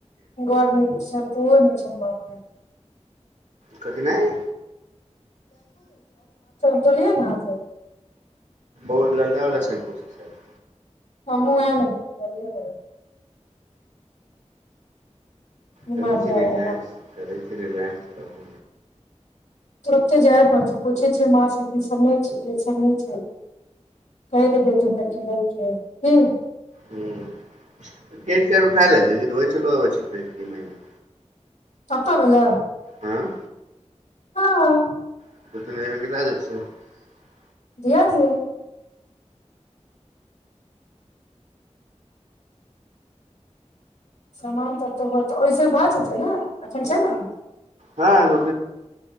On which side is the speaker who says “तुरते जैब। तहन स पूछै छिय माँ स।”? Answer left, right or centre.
Left